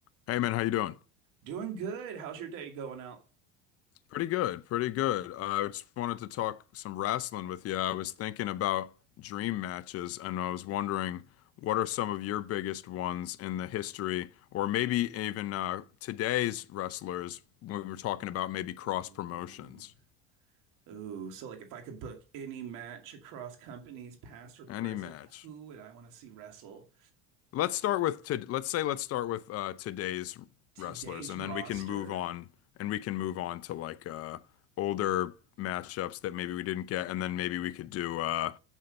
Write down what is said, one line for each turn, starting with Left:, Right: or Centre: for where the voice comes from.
Left: Hey man, how you doing?
Right: Doing good. How's your day going out?
Left: Pretty good, pretty good. Uh, I just wanted to talk some wrestling with you. I was thinking about dream matches, and I was wondering what are some of your biggest ones in the history, or maybe even uh, today's wrestlers when we were talking about maybe cross
Right: Ooh.
Left: promotions.
Right: Ooh. So like if I could book any match across companies, past or present,
Left: Any match.
Right: who would I want to see wrestle?
Left: Let's start with to, let's say let's start with uh, today's
Right: Today's
Left: wrestlers, and
Right: roster.
Left: then we can move on, and we can move on to like uh, older matchups that maybe we didn't get, and then maybe we could do uh,